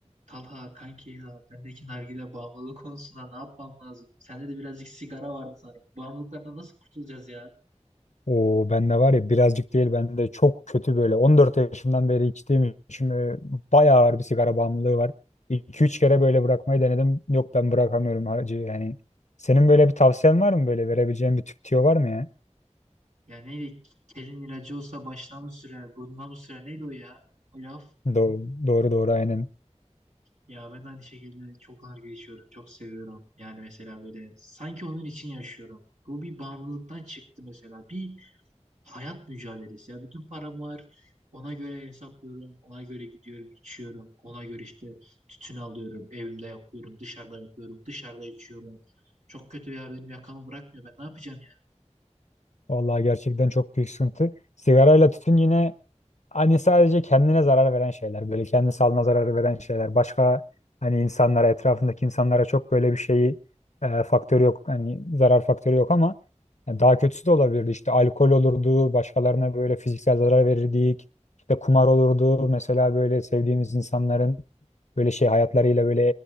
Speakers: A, on the right; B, on the left.
A: Talha kanki ya bendeki nargile bağımlılığı konusunda ne yapmam lazım? Sende de birazcık sigara vardı sanırım. Bağımlılıklardan nasıl kurtulacağız ya?
B: O bende var ya birazcık değil bende çok kötü böyle 14 yaşımdan beri içtiğim için e, bayağı ağır bir sigara bağımlılığı var. 2 üç kere böyle bırakmayı denedim. Yok ben bırakamıyorum hacı yani. Senin böyle bir tavsiyen var mı böyle verebileceğin bir tüp tüyo var mı ya?
A: Ya neydi? Kelin ilacı olsa başına mı sürer, burnuna mı sürer? Neydi o ya? O laf.
B: Doğru doğru, doğru aynen.
A: Ya ben de aynı şekilde çok nargile içiyorum. Çok seviyorum. Yani mesela böyle sanki onun için yaşıyorum. Bu bir bağımlılıktan çıktı mesela. Bir hayat mücadelesi ya. Bütün param var. Ona göre hesaplıyorum. Ona göre gidiyorum, içiyorum. Ona göre işte tütün alıyorum. Evimde yapıyorum. Dışarıda yapıyorum. Dışarıda içiyorum. Çok kötü ya. Benim yakamı bırakmıyor. Ben ne yapacağım ya?
B: Vallahi gerçekten çok büyük sıkıntı. Sigarayla tütün yine Hani sadece kendine zarar veren şeyler, böyle kendi sağlığına zarar veren şeyler. Başka hani insanlara, etrafındaki insanlara çok böyle bir şeyi e, faktörü yok. Hani zarar faktörü yok ama yani daha kötüsü de olabilirdi. İşte alkol olurdu, başkalarına böyle fiziksel zarar verirdik. İşte kumar olurdu. Mesela böyle sevdiğimiz insanların böyle şey hayatlarıyla böyle